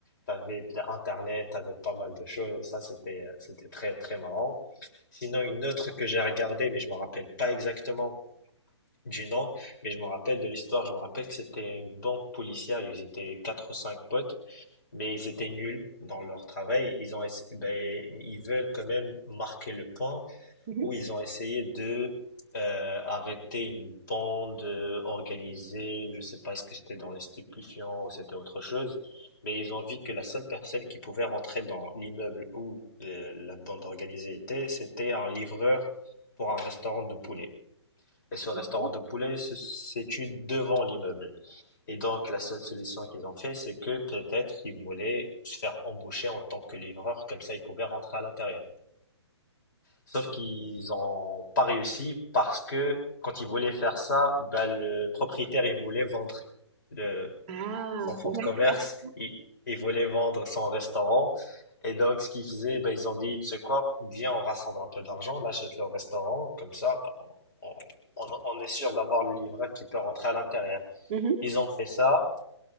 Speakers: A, on the left; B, on the right.
A: T'avais de l'internet, t'avais pas mal de choses. Ça, c'était, euh, c'était très, très marrant. Sinon, une autre que j'ai regardée, mais je me rappelle pas exactement du nom, mais je me rappelle de l'histoire. Je me rappelle que c'était une banque policière. Ils étaient quatre ou cinq potes, mais ils étaient nuls dans leur travail. Ils ont, essa- ben, ils veulent quand même marquer le point
B: Mhm.
A: où ils ont essayé de euh, arrêter une bande euh, organisée, je sais pas ce que c'était dans les stupéfiants ou c'était autre chose, mais ils ont vu que la seule personne qui pouvait rentrer dans l'immeuble où euh, la bande organisée était, c'était un livreur pour un restaurant de poulet. Et ce restaurant
B: Mhm.
A: de poulet se situe devant l'immeuble. Et donc la seule solution qu'ils ont fait, c'est que peut-être ils voulaient se faire embaucher en tant que livreur, comme ça ils pouvaient rentrer à l'intérieur. Sauf qu'ils ont pas réussi parce que quand ils voulaient faire ça, ben le propriétaire, il voulait vendre le,
B: Ah,
A: son fonds
B: d'accord.
A: de commerce, il, il voulait vendre son restaurant. Et donc, ce qu'ils faisaient, ben ils ont dit, tu sais quoi, viens, on rassemble un peu d'argent, on achète le restaurant, comme ça, bah, on, on, on est sûr d'avoir le livret qui peut rentrer à l'intérieur.
B: Mhm.
A: Ils ont fait ça,